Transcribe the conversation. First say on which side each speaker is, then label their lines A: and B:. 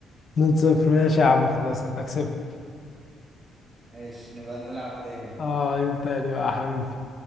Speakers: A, on the left; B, on the right.
A: 2 صفر ماشي يا عم خلاص انت كسبت
B: ماشي نبقى نلعب تاني
A: اه يوم تاني بقى يا حبيبي